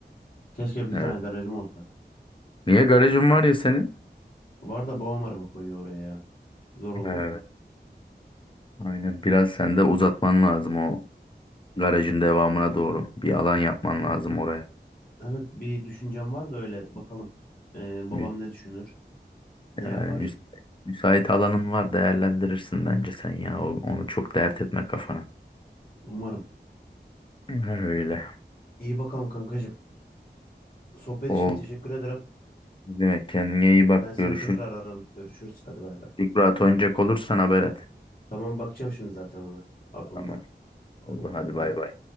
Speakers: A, on the left (about 55°); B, on the left (about 30°).
A: Keşke bir
B: Evet.
A: tane garajım olsa.
B: Niye garajın var ya senin?
A: Var da babam araba koyuyor oraya ya. Zor oluyor.
B: Evet, aynen. Biraz sen de uzatman lazım o garajın devamına doğru. Bir alan yapman lazım oraya.
A: Evet bir düşüncem var da öyle bakalım. Ee, babam
B: Mü-
A: ne düşünür? Ne
B: Yani
A: yapar?
B: müsait, müsait alanın var değerlendirirsin bence sen ya. O- Onu çok dert etme kafana.
A: Umarım.
B: Öyle.
A: İyi bakalım kankacığım. Sohbet
B: Oldu.
A: için teşekkür ederim.
B: Ne Demek kendine iyi bak.
A: Ben seni
B: Görüşürüz.
A: tekrar ararım. Görüşürüz. Hadi bay bay.
B: İlk rahat oynayacak olursan haber et.
A: Tamam bakacağım şimdi zaten ona. Aklımda.
B: Tamam. Oldu
A: Tamam hadi
B: hadi
A: bay
B: bay
A: bay.
B: bay.